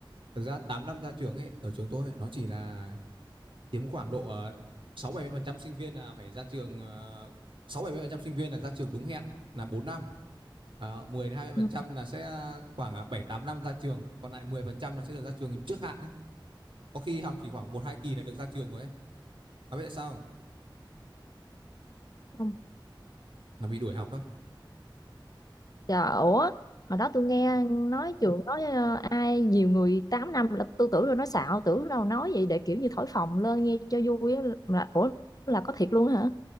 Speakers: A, on the right; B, on the left.
A: thực ra 8 năm ra trường ấy, ở trường tôi ấy, nó chỉ là chiếm khoảng độ ờ, sáu bảy mươi phần trăm sinh viên là phải ra trường ờ, sáu bảy mươi phần trăm sinh viên là ra trường đúng hẹn là 4 năm. Đó, 10 đến hai mươi
B: ừ,
A: phần trăm là sẽ khoảng ờ, 7 8 năm ra trường, còn lại 10% là sẽ được ra trường trước hạn đấy. Có khi học chỉ khoảng một 2 kỳ là được ra trường rồi ấy. Bà biết tại sao không?
B: không
A: Là bị đuổi học đó.
B: trời ủa hồi đó tôi nghe nói trường nói ờ, ai nhiều người 8 năm là tôi tưởng rồi nói xạo tưởng đâu nói vậy để kiểu như thổi phồng lên nghe cho vui á, là ủa là có thiệt luôn hả